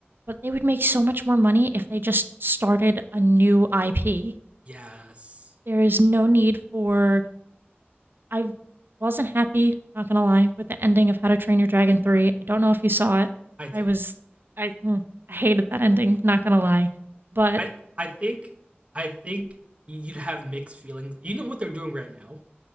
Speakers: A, on the right; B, on the right.
A: but they would make so much more money if they just started a new IP.
B: Yes,
A: There is no need for. I wasn't happy, not gonna lie, with the ending of How to Train Your Dragon 3. I don't know if you saw it.
B: I did.
A: I was. I, mm, I hated that ending, not gonna lie. But
B: I I think I think you'd have mixed feelings. You know what they're doing right now.